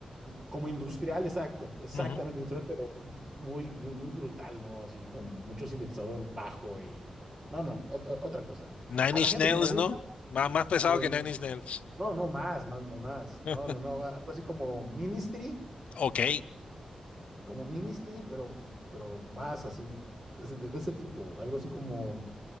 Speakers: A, on the right (about 35°); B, on the left (about 80°).
A: como industrial, exacto, exactamente
B: Ujú.
A: industrial, pero muy, muy, muy brutal, ¿no? Así con mucho sintetizador bajo y, no, no, o- o- otra cosa, ¿no?
B: Nine
A: A la
B: Inch
A: gente
B: Nails,
A: que le gusta,
B: ¿no? Má- más pesado
A: le-
B: que Nine Inch Nails.
A: no, no, más, más, más, más, no,
B: <laughs>
A: no, no, algo así como Ministry.
B: Ok.
A: como Ministry, pero, pero más así, de, ese de ese tipo, algo así como,